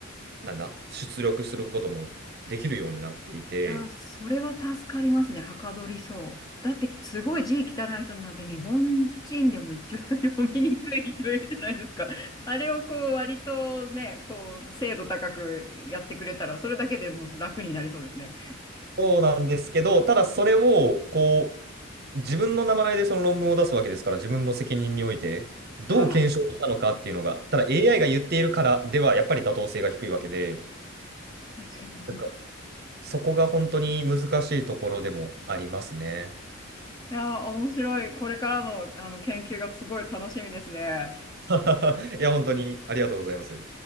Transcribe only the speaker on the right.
なんだ、出力することもできるようになっていて、
そうなんですけど、ただそれを、こう、自分の名前でその論文を出すわけですから、自分の責任において、どう検証したのかっていうのが、
ただ AI が言っているからでは、やっぱり妥当性が低いわけで、
なんかそこが本当に難しいところでもありますね。
<laughs> いや、本当にありがとうございます。